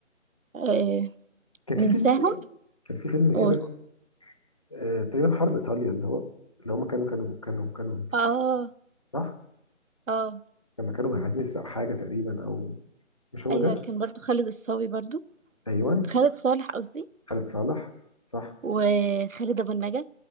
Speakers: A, on the right; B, on the left.
A: آه
B: كان
A: ننساها
B: في فيلم كان في فيلم كده
A: و...
B: آه، تقريبا حرب ايطاليا اللي هو اللي هم كانوا كانوا كانوا كانوا في-
A: اه
B: في- صح
A: اه
B: لما كانوا عايزين يسرقوا حاجه تقريبا او مش هو
A: ايوه
B: ده
A: كان برضو خالد الصاوي برضو
B: ايوه
A: خالد صالح قصدي
B: خالد صالح صح
A: وخالد ابو النجا